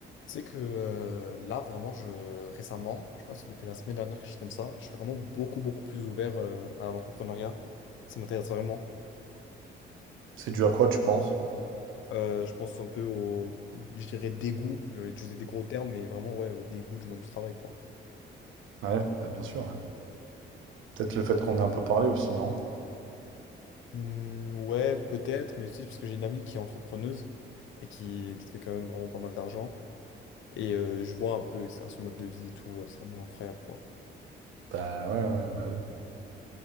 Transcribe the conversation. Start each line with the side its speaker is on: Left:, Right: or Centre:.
Left: c'est que euh, là, vraiment, je récemment, je crois que c'est depuis la semaine dernière, quelque chose comme ça, je suis vraiment beaucoup, beaucoup plus ouvert euh, à l'entrepreneuriat. Ça m'intéresse vraiment.
Right: C'est dû à quoi, tu penses?
Left: Euh, je pense un peu au, je dirais, dégoût. Je vais utiliser des gros termes, mais vraiment, ouais, au dégoût du monde du travail, quoi.
Right: Ouais, bah, bien sûr, ouais. Peut-être le fait qu'on ait un peu parlé aussi, non?
Left: Hmm, ouais, peut-être, mais aussi parce que j'ai une amie qui est entrepreneuse et qui, qui fait quand même vraiment pas mal d'argent. Et euh, je vois un peu, etc., son mode de vie et tout, euh, c'est vraiment incroyable, quoi.
Right: Bah ouais, ouais, bah oui.